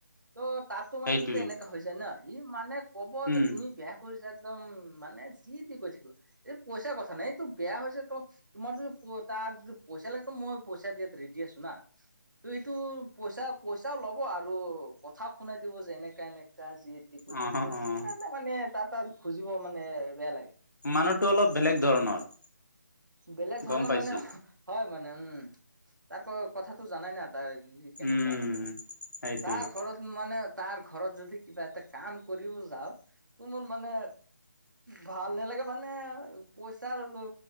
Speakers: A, on the right; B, on the left.
A: ত তাতো
B: সেইটোৱে
A: মানে যদি এনে হৈ যায় ন, ই মানে কব
B: উম
A: যে তুমি বেয়া কৰিছা একদম মানে যি তী কৈ থাকিব। এই পইচাৰ কথা নাই এইটো বেয়া হৈছে ত তোমাৰ যদি প তাৰ যদি পইচা লাগিব মই পইচা দিয়াত ৰেডি আছো না। ত এইটো পইচা পইচাও ল'ব আৰু কথাও শুনাই দিব যে এনেকা এনেকা যি তি কৈ
B: অ
A: থাকিব আৰু,
B: অ
A: সেইকাৰণে মানে তাৰ তাত খুজিব মানে বেয়া লাগে।
B: মানুহটো অলপ বেলেগ ধৰণৰ।
A: বেলেগ ধৰণৰ
B: গম পাইছো
A: মানে হয় মানে উম, তাৰ কথাটো জানাই না। তাৰ সি কেনেকা
B: উম
A: মানে আও,
B: সেইটোৱে।
A: তাৰ ঘৰত মানে তাৰ ঘৰত যদি কিবা এটা কাম কৰিব যাওঁ, ত মোৰ মানে ভাল নালাগে মানে পইচা লৈ